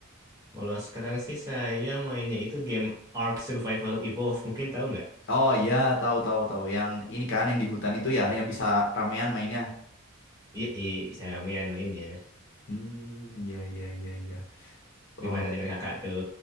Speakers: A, on the right (about 15°); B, on the left (about 60°).
A: Kalau sekarang sih saya mainnya itu game Ark Survival Evolved. Mungkin tahu nggak?
B: Oh iya, tahu tahu tahu. Yang ini kan yang di hutan itu ya, yang bisa ramean mainnya.
A: Iya, i- saya ramean mainnya.
B: Hmm, iya, iya, iya, iya. Oh,
A: Gimana dengan kakak tuh?